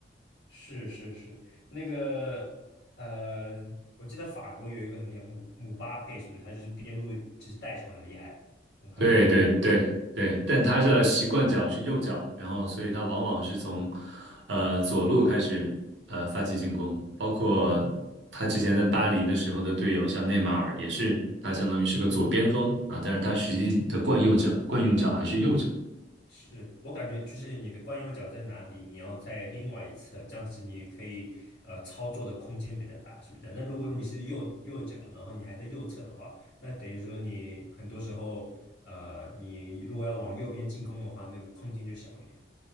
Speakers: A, on the left; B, on the right.
A: 是是是，那个呃，我记得法国有一个很厉害，姆姆巴佩是不是？他就是边路就是带球很厉害，我好像看过。
B: 对对嗯对对，但他的习惯脚是右脚，然后所以他往往是从呃左路开始呃发起进攻，包括他之前在巴黎的时候的队友，像内马尔也是，他相当于是个左边锋啊，
A: 嗯，
B: 但是他实际的惯右脚惯用脚还是右脚。
A: 是我感觉就是你的惯用脚在哪里，你要在另外一侧，这样子你可以呃操作的空间比较大，是不是这样？那如果你是右右脚，然后你还在右侧的话，那等于说你很多时候呃，你如果要往右边进攻的话，那个空间就小一点。